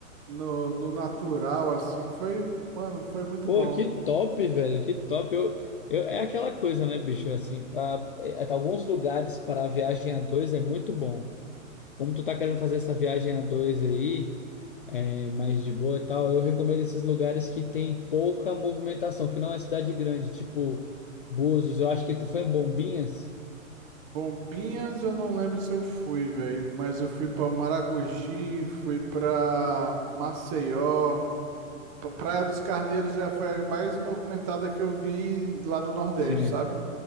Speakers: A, on the right; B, on the left.
A: no, no natural, assim. Foi, mano, foi muito
B: Pô,
A: bom.
B: que top, velho, que top. Eu, eu, é aquela coisa, né, bicho? Assim, pra, é, tá, alguns lugares para viagem a dois é muito bom. Como tu tá querendo fazer essa viagem a dois aí, é, mais de boa e tal, eu recomendo esses lugares que tem pouca movimentação, que não é cidade grande, tipo Búzios. Eu acho que tu foi em Bombinhas.
A: Bombinhas, eu não lembro se eu fui, velho, mas eu fui pra Maragogi, fui pra Maceió, pra Praia dos Carneiros já foi a mais movimentada que eu vi lá no Nordeste,
B: Sim.
A: sabe?